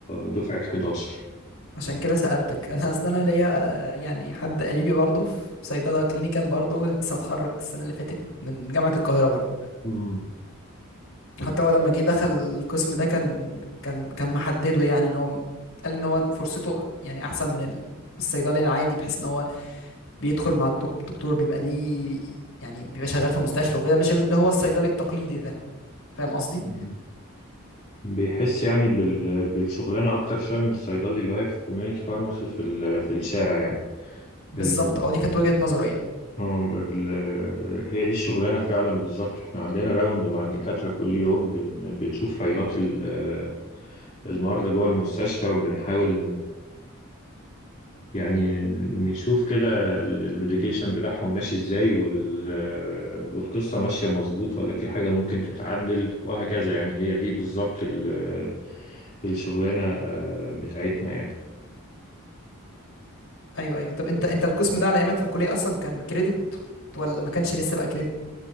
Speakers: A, on the left; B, on the left.
A: دفعة 11
B: عشان كده سألتك انا اصل انا ليا آه، يعني حد قريبي برضه في صيدلة كلينيكال برضه لسه متخرج السنة اللي فاتت من جامعة القاهرة برضه
A: امم
B: حتى هو لما جه دخل القسم ده كان كان كان محدده يعني ان هو قال ان هو فرصته يعني احسن من ال- الصيدلي العادي بحيث ان هو بيدخل مع الدك- الدكتور بيبقى ليه يعني بيبقى شغال في مستشفى وكده مش اللي هو الصيدلي التقليدي ده فاهم قصدي
A: امم بيحس يعني بال... بالشغلانة أكتر شوية من الصيدلي اللي واقف في كوميونيتي فارماسي في ال... في الشارع يعني
B: بالظبط
A: ال...
B: اه دي كانت وجهة نظره يعني
A: آه، ال... هي دي الشغلانة فعلا بالظبط احنا عندنا راوند مع الدكاترة كل يوم بن... بنشوف فايلات ال... المرضى جوه المستشفى وبنحاول يعني نشوف كده ال- الميديكيشن بتاعهم ماشي ازاي وال والقصة ماشية مظبوط ولا في حاجة ممكن تتعدل وهكذا يعني هي دي بالظبط ال- الشغلانة بتاعتنا يعني
B: ايوه ايوه طب انت انت القسم ده على ايامك في الكلية اصلا كان كريدت ولا ما كانش لسه بقى كريدت